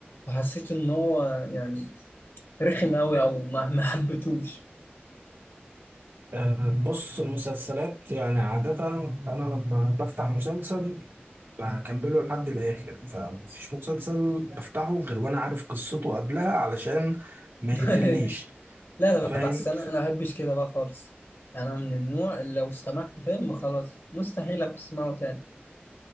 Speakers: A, on the left; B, on the right.
A: وحسيت إن هو يعني رخم أوي أو ما, ما حبيتوش
B: آه، بص المسلسلات يعني عاده انا لما بفتح مسلسل بكمله لحد الاخر فمفيش مسلسل بفتحه غير وانا عارف قصته قبلها علشان ما
A: <laughs>
B: يقفلنيش
A: لا
B: فاهم
A: لا بس أنا أنا ما بحبش كده بقى خالص أنا من النوع اللي لو استمعت فيلم خلاص مستحيل أبقى أسمعه تاني